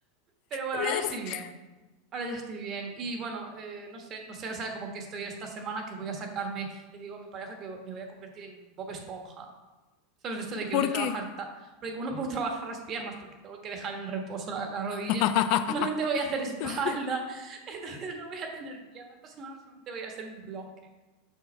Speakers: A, on the right; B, on the left.
A: Pero bueno,
B: la-
A: ahora ya estoy bien. Ahora ya estoy bien. Y bueno, eh, no sé, no sé, o sea, como que estoy esta semana que voy a sacarme, le digo a mi pareja que me voy a convertir en Bob Esponja. ¿Sabes? De esto de que
B: ¿Por
A: voy a trabajar,
B: qué?
A: ta- porque como no puedo trabajar las piernas porque tengo que dejar en reposo la, la rodilla,
B: <laughs>
A: solamente voy a hacer espalda.
B: Entonces,
A: <laughs> Entonces no voy a tener piernas. Esta semana solamente voy a hacer un bloque.